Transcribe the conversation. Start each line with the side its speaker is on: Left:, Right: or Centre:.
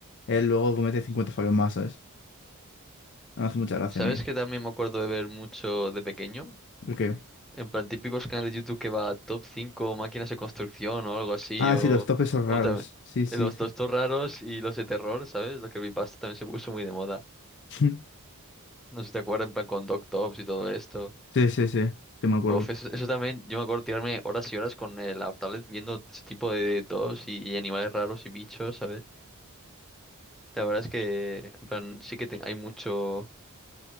Left: Él luego comete 50 fallos más, ¿sabes? Me hace mucha gracia
Centre: ¿Sabes
Left: a mí.
Centre: que también me acuerdo de ver mucho de pequeño?
Left: Porque.
Centre: En plan, típicos canales de YouTube que va top 5 máquinas de construcción o algo así,
Left: Ah,
Centre: o,
Left: sí, los topes son
Centre: o
Left: raros.
Centre: también
Left: Sí, sí.
Centre: los
Left: sí.
Centre: tostos raros y los de terror, ¿sabes? Lo que creepypasta también se puso muy de moda.
Left: <laughs> Sí,
Centre: No sé si te acuerdas, en plan con Tops y todo esto.
Left: sí, sí, sí me acuerdo.
Centre: Uf, eso, eso también, yo me acuerdo tirarme horas y horas con eh, la tablet viendo ese tipo de tops y, y animales raros y bichos, ¿sabes? La verdad es que, en plan, sí que te- hay mucho,